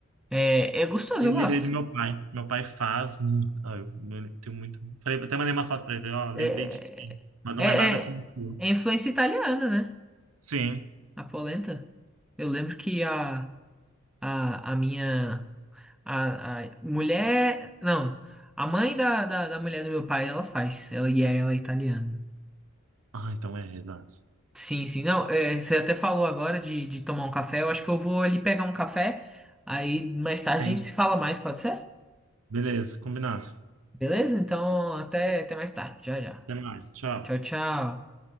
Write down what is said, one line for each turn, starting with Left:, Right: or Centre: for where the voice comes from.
Centre: É, é gostoso,
Right: E eu
Centre: eu
Right: lembrei
Centre: gosto.
Right: do meu pai. Meu pai faz muito. Ah, eu eu tenho muito. Falei, até mandei uma foto pra ele. Falei, Ó, lembrei
Centre: É,
Right: de ti, mas não
Centre: é, é,
Right: é nada como tu.
Centre: é influência italiana, né?
Right: Sim.
Centre: A polenta. Eu lembro que a, a, a minha a, a mulher, não, a mãe da, da, da mulher do meu pai, ela faz. Ela e ela é italiana.
Right: Ah, então é, exato.
Centre: Sim, sim. Não, é, você até falou agora de, de tomar um café. Eu acho que eu vou ali pegar um café. Aí mais tarde
Right: Sim.
Centre: a gente se fala mais, pode ser?
Right: Beleza, combinado.
Centre: Beleza? Então, até, até mais tarde. Já, já.
Right: Até mais. Tchau.
Centre: Tchau, tchau.